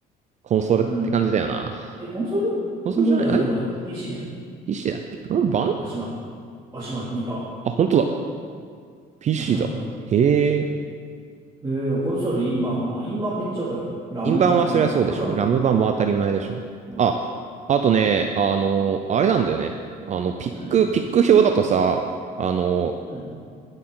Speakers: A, on the right; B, on the right.
A: コンソールって感じだよな。
B: うん。え、コンソールコンソールじゃなくね、
A: コンソールじゃない、え
B: これ。PC じゃない。
A: ?PC だっけラム版
B: アッシュ版。アッシュ版2%。
A: あ、本当だ。PC
B: あ、そうなんか。
A: だ。へえ。
B: えー、コンソール、インバン。まあ、インバンめっちゃわかる。ラム。
A: インバはそりゃそうでしょ。
B: うん、ラムか。
A: ラム版も当たり前でしょ。
B: わかる。
A: あ、あとね、あの、あれなんだよね。あの、ピック、
B: うん、
A: ピック表だとさ、あの、
B: うん。